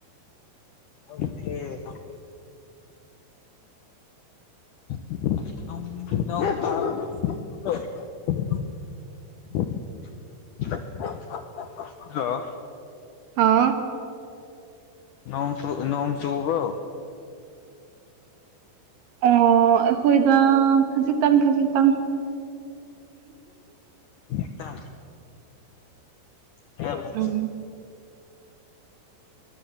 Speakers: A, on the left; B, on the right.
A: ꯍꯧꯗꯤ ꯊꯪ ꯑ ꯍꯜꯂꯣ
B: ꯑꯥ
A: ꯅꯣꯡ ꯆ ꯅꯣꯡ ꯆꯨꯕ
B: ꯑꯣ ꯑꯩꯈꯣꯏꯗ ꯈꯖꯤꯛꯇꯪ ꯈꯖꯤꯛꯇꯪ
A: ꯑꯦꯛꯇ ꯀꯁꯤ
B: ꯎꯝ